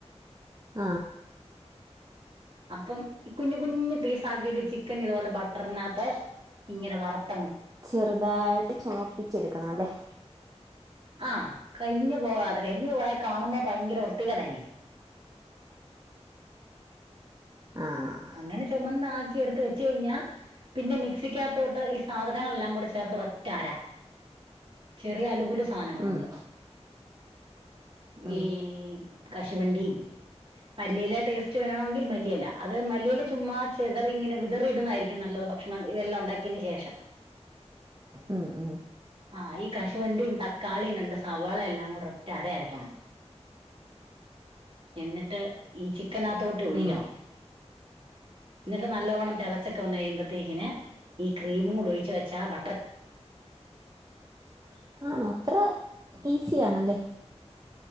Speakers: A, on the right; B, on the right.
A: ആ
B: അപ്പം കുഞ്ഞു കുഞ്ഞ്പീസ് ആക്കിയിട്ട് ചിക്കൻ ചിക്കൻ ഇതുപോലെ ബട്ടറിനകത്ത് ഇങ്ങനെ വറുത്ത്
A: ചെറുതായിട്ട് ചുമപ്പിച്ചെടുക്കണം അല്ലേ <inaudible>
B: ആ കരിഞ്ഞു പോകാതെ കരിഞ്ഞു പോയാൽ കാണുമ്പോ ഭയങ്കര വൃത്തികേടായിരിക്കും
A: ആഹ്
B: അങ്ങനെ ചൊമന്ന് എടുത്ത് വെച്ച്കഴിഞ്ഞൽ പിന്നെ മിക്സിക്കക തേക്ക്ഈ സാധനങ്ങളെല്ലാം കൂ ടിചേർത്ത് ഒറ്റാഅര ചെറിയ ആലു ഫുളള് സാധനങ്ങളുണ്ട്
A: ഉം ഉം
B: ഈ <unintelligible> കശുവണ്ടിയും മല്ലിയില ടേസ്റ്റ് വേണാങ്കിൽ മല്ലിയെല അത് മല്ലിയില ചുമ്മാ ചെതറി ഇങ്ങനെ വിതറി ഇടുന്നതായിരിക്കും നല്ലത് ഭക്ഷണം ഇതെല്ലാം ഉണ്ടാക്കിയതിന് ശേഷം
A: ഉം ഉം
B: ആ ഈ കശുവണ്ടിം തക്കാളിം രണ്ട് സവാളിംഎല്ലാം കു <unintelligible> ഒരു ഒറ്റ അര അരക്കണം എന്നിട്ട് ഈ ചി- ചിക്കാനാത്തോട്ട് ഒഴിക്കണം
A: ഉം
B: ന്നിട്ട് നല്ലോണം തിളച്ചൊക്കെവന്ന് കഴിയുമ്പോത്തേക്കിന് ഈ ക്രീമും കൂടി ഒഴിച്ച് വെച്ചാ ബ
A: <inaudible> ആണോ അത്ര ഈ ഈസിആണല്ലേ